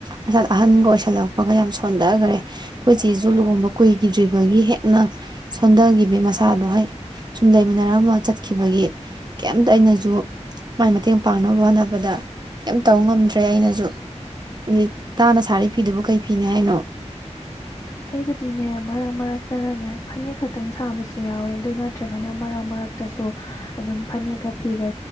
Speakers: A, on the right; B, on the left.
A: ꯃꯁꯥ ꯑꯍꯟꯒ ꯑꯣꯏꯁꯜꯂꯛꯄꯒ ꯌꯥꯝ ꯁꯣꯟꯊꯒ꯭ꯔꯦ ꯑꯩꯈꯣꯏꯆꯦ ꯁꯨ ꯂꯨꯍꯣꯡꯕ ꯀꯨꯏꯈꯤꯗ꯭ꯔꯤꯕꯒꯤ ꯍꯦꯛꯅ ꯁꯣꯟꯊꯒꯤꯈꯤꯕ ꯃꯁꯥꯗꯣ ꯍꯦꯛ ꯁꯨꯝ ꯂꯩꯃꯤꯟꯅꯔꯃ ꯆꯠꯈꯤꯕꯒꯤ ꯀꯩꯝꯇ ꯑꯩꯅꯁꯨ ꯃꯥꯏ ꯃꯇꯦꯡ ꯄꯥꯡꯅꯕ ꯍꯣꯠꯅꯕꯗ ꯀꯩꯝ ꯇꯧꯕ ꯉꯝꯗ꯭ꯔꯦ ꯑꯩꯅꯁꯨ ꯑꯗꯨ ꯏꯇꯥꯅ ꯁꯥꯔꯤꯕ ꯐꯤꯗꯨꯕꯨ ꯀꯥꯔꯤ ꯐꯤꯅꯤ ꯍꯥꯏꯅꯣ
B: ꯑꯩꯕꯨꯗꯤꯅꯦ ꯃꯔꯛ ꯃꯔꯛꯇꯅꯅꯦ ꯐꯅꯦꯛ ꯈꯛꯇꯪ ꯁꯥꯕꯁꯨ ꯌꯥꯎꯋꯦ ꯑꯗꯨ ꯅꯠꯇ꯭ꯔꯒꯅ ꯃꯔꯛ ꯃꯔꯛꯇꯁꯨ ꯑꯗꯨꯝ ꯐꯅꯦꯛꯀ ꯐꯤꯒ